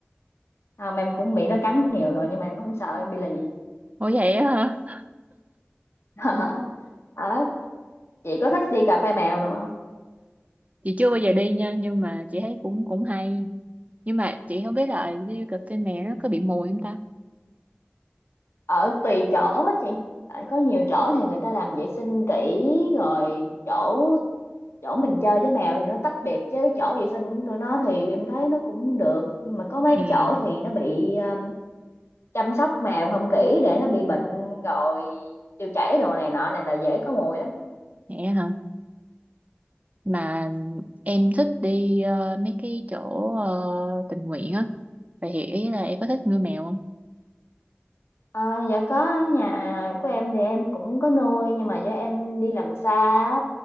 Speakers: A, on the left; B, on the right.
A: không em cũng bị nó cắn nhiều rồi nhưng mà em không sợ em bị lì
B: ủa vậy á hả
A: <laughs> Ờ, chị có thích đi cà phê mèo đồ không
B: chị chưa bao giờ đi nha nhưng mà chị thấy cũng cũng hay nhưng mà chị không biết là đi cà phê mẹ nó có bị mùi không ta
A: ở tùy chỗ á chị tại có nhiều chỗ thì người ta làm vệ sinh kỹ rồi chỗ chỗ mình chơi với mèo thì nó tách biệt chứ chỗ vệ sinh của tụi nó thì em thấy nó cũng được nhưng mà có mấy
B: ừ
A: chỗ thì nó bị um, chăm sóc mèo không kỹ để nó bị bệnh rồi tiêu chảy đồ này nọ này là dễ có mùi lắm
B: mẹ hả mà em thích đi ờ, mấy cái chỗ ờ, tình nguyện á vậy thì ý là em có thích nuôi mèo không
A: Ờ, dạ có ở nhà của em thì em cũng có nuôi nhưng mà do em đi làm xa á,